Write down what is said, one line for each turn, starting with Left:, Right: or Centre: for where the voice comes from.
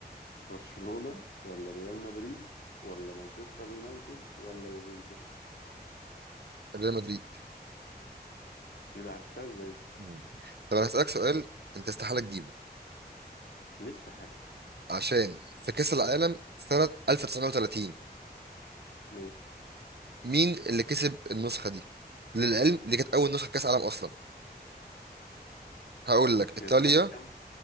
Left: برشلونة ولا ريال مدريد ولا مانشستر يونايتد ولا يوفنتوس
Right: ريال مدريد
Left: ايه ده عرفتها ازاي دي
Right: مم. طب انا هسألك سؤال انت استحالة تجيبه
Left: لسه حلو
Right: عشان في كأس العالم سنة 1930
Left: ماشي
Right: مين اللي كسب النسخة دي للعلم دي كانت اول نسخة كأس عالم اصلا هقول
Left: آه،
Right: لك
Left: كانت
Right: ايطاليا
Left: سنة كام